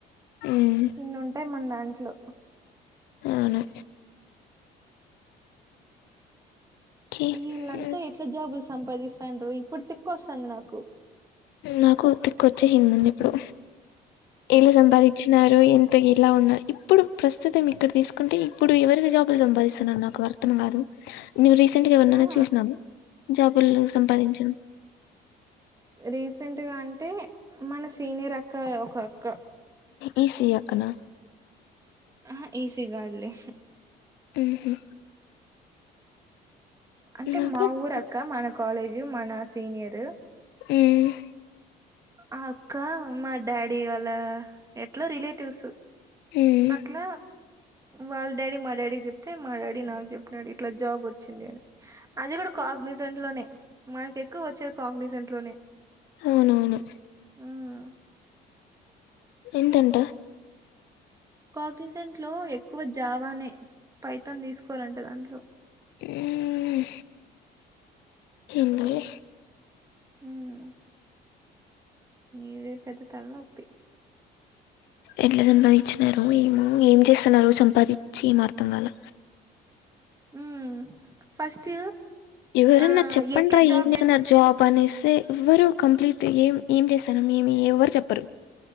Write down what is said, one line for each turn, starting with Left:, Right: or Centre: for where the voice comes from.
Left: um
Right: ఇన్నుంటాయి మన దాంట్లో
Left: అవును ఓకే
Right: ఈళ్ళంతా
Left: ఉమ్,
Right: ఎట్లా జాబులు సంపాదిస్తాండ్రు ఇప్పుడు తిక్కొస్థాంది నాకు
Left: నాకు తిక్కొచ్చేసిందండి ఎప్పుడో ఎలా సంపాదించినారో ఎంద్ త్తగెలా ఉన్నారు ఇప్పుడు ప్రస్తుతం ఇక్కడ తీసుకుంటే ఇప్పుడు ఎవరిజాబులు సంపాదిస్తున్నరు నాకు అర్థం కాదు నువు రీసెంట్ గా ఎవరినైనా
Right: ఆ
Left: చూసినావ జాబులు సంపాదించడం
Right: రీసెంట్గా అంటే మన సీనియర్ అక్క ఒక అక్క
Left: ఈ సి ఇ అక్కనా
Right: ఆహ ఈ సి ఇ గాదులే
Left: ఉమ్ హ్
Right: అంటే
Left: నాకే
Right: మా ఊరక్క, మన కాలేజ్, మన సీనియర్
Left: ఉమ్
Right: ఆ అక్క మా డాడీ వాళ్ళ ఎట్లో రిలేటివ్స్
Left: ఉమ్
Right: అట్ల వాళ్ళ డాడీ మా డాడీకి జెప్తే మా డాడీ నాకు చెప్పినాడు ఇట్లా జాబ్ వచ్చింది అని అది గూడ కాగ్నేజెంట్ లోనే మనకు ఎక్కువ వచ్చేది కాగ్నిజెంట్ లోనే
Left: అవునవును
Right: ఉమ్
Left: ఎంతంట
Right: కాగ్నిసెంట్ లో ఎక్కువ జావానే పైతాన్ దిసుకోరంట దాంట్లో
Left: ఊమ్ ఎందోలె
Right: ఉమ్ ఇది పెద్ద తలనొప్పి
Left: ఎట్ల సంపాదించినారో ఏమో ఏం చేస్తున్నారు సంపాదిచ్చి ఏం అర్థం కాల
Right: ఉమ్ ఫస్ట్
Left: ఎవరన్నా
Right: ఆ
Left: చెప్పండ్రా
Right: ఎట్లా జాబ్
Left: ఏం చేసన్నారు
Right: తెచ్చు
Left: జాబ్. పనిస్తే ఎవ్వరు కంప్లీట్ ఏం ఏం చేస్తానం ఏమి ఎవ్వరు చెప్పరు.